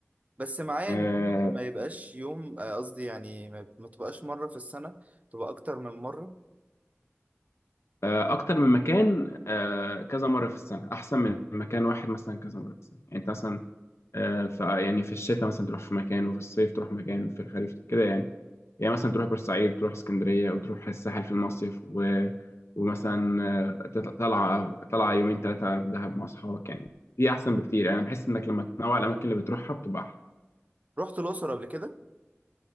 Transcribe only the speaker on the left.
آه،
آه، اكتر من مكان آه، كذا مره في السنه احسن من مكان واحد مثلا كذا مره في السنه يعني انت مثلا آه، فيعني في الشتاء مثلا تروح في مكان وفي الصيف تروح مكان في الخريف كده يعني يعني مثلا تروح بورسعيد تروح اسكندرية وتروح الساحل في المصيف و... ومثلا آه، تط- طلعة طلعة يومين ثلاثة في دهب مع أصحابك يعني دي أحسن بكتير يعني أنا بحس إنك لما تنوع الأماكن اللي بتروحها بتبقى أحلى